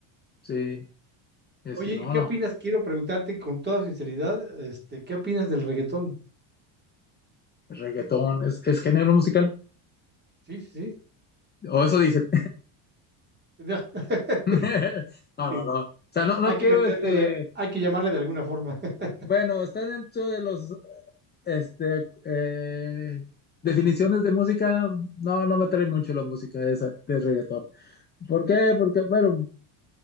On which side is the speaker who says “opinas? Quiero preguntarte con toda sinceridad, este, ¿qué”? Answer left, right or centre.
Right